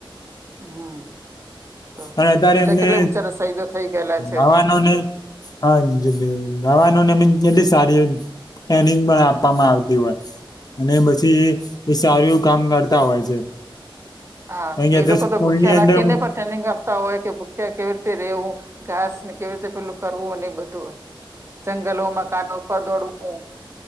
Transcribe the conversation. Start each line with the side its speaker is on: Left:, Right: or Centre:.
Right: હમ. તો
Left: અને અત્યારે
Right: પેલા
Left: એમને
Right: કેટલા બિચારા શહીદો થઈ ગયેલા છે
Left: આવા નો ને. આજ <inaudible> અવાનુંમ એ કિટલી સારી. એનિંગ પણ આપવામાં આવતી હોય. અને પછી એ સારું એવું કામ કરતા હોય છે.
Right: હા
Left: કારણ
Right: એ
Left: કે
Right: લોકો
Left: સ્કૂલની
Right: તો ભૂખ્યા
Left: અંદર
Right: રાખીને પણ ટ્રેનિંગ આપતા હોય કે ભૂખ્યા કેવી રીતે રેવું. ઘાસ ને કેવી રીતે પેલું કરવું હોય ને એ બધું. જંગલો મકાનો ઉપર દોડવું